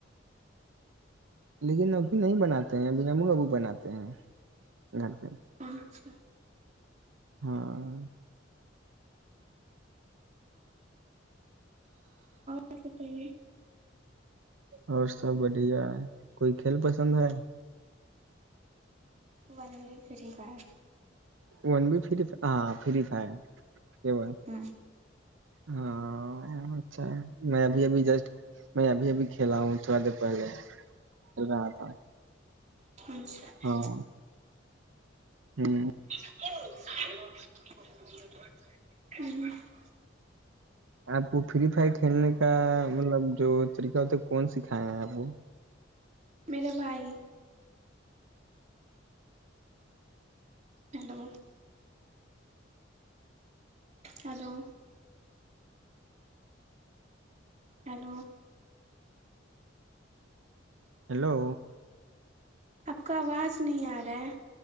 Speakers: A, on the right; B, on the right.
A: لیکن ابھی نہیں بناتے ہیں اب نام کابو بناتے ہیں گھر پہ
B: اچھا
A: ہاں
B: <unintelligible>
A: اور سب بڑھیا ہے کوئی کھیل پسند ہے
B: بنے فری بات
A: ون بھی ف ہاں فری فائر کیا ب ہے
B: ہوں
A: ہاں اچھا میں ابھیبھی جسٹ میں ابھی ابھی کھیلا ہوں تھوڑا دیر پہلے کل رہا تھا
B: اچھا
A: ہاں ہوں
B: <unintelligible>
A: آپ کو فری فائر کھیلنے کا مطلب جو طریقہ ہوتا ہے کون سکھایا ہیں آپ کو
B: میریرا بھائی ہلو ہلو ہیلو
A: ہیلو
B: آپ کا آواز کس نہیں آ رہا ہے